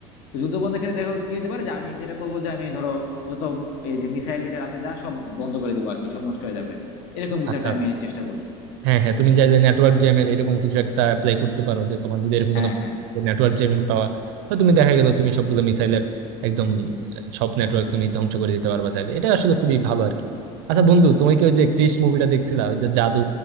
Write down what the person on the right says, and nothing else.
আচ্ছা
আচ্ছা
হ্যাঁ হ্যাঁ তুমি চাইলে নেটওয়ার্ক জ্যামের এরকম কিছু একটা অ্যাপ্লাই করতে পারো যে তোমার যদি এরকম
কোনো
নেটওয়ার্ক জ্যামিং পাওয়ার তো তুমি দেখা গেল তুমি সবগুলো মিসাইলের একদম আহ, সব নেটওয়ার্ক তুমি ধ্বংস করে দিতে পারবা চাইলে এটা আসলে খুবই ভালো আর কি আচ্ছা বন্ধু তুমি কি ওই যে ক্রিশ মুভিটা দেখছিলা ওই যে জাদু